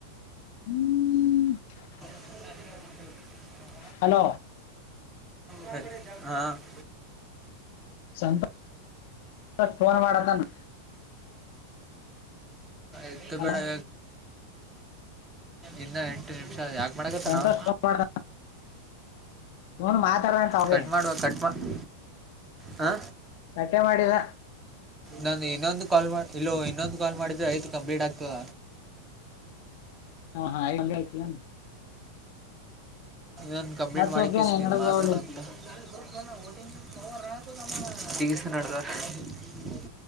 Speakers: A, on the left; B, on the right.
A: ಹ್ಮ್ <inaudible>
B: <inaudible>
A: ಹಲೋ
B: ಹ ಹಾ <inaudible> <unintelligible>
A: ಸಂತೋಷ್ ಫೋನ್ ಮಾಡತಾನ
B: ಎತ್ತ
A: ಹಲೋ
B: ಬಡ <inaudible> ಇಿಂದ ಎಂಟು ನಿಮಿಷ ಯಾಕ <inaudible> ಮಗತ್ತ
A: ಸಂತೋಷ್
B: ನವು
A: ಫೋನ್ ಮಾಡ ಫೋನ್ ಮಾತಾಡಂತ ಅವೇ
B: ಕಟ್ ಮಾಡುವ ಕಟ್ ಮಾಡ <inaudible> ಹ
A: ಕಟ್ಟೆ ಮಾಡಿದ
B: ನಾನು ಇನ್ನೊಂದು ಕಾಲ್ ಮಾಡ <inaudible> ಇಲ್ಲ ಇನ್ನೊಂದು ಕಾಲ್ ಮಾಡಿದ್ರೆ ಆಯ್ತು ಕಂಪ್ಲೀಟ್ ಆಗ್ತದ
A: ಹಾ ಹಾ ಒಂದ್ರ ಆಯತ <unintelligible>
B: ಇನ್ ಕಂಪ್ಲೀಟ್
A: ಮತ್ ಸೊಬ್ಬೇನೆ
B: ಮಾಡಕ್ಕೆಸನ್
A: ನಡಬಹುದು
B: ಮಾತಾಡಂತ <inaudible> ದಗಸ ನಡ್ತಾರೆ <unintelligible>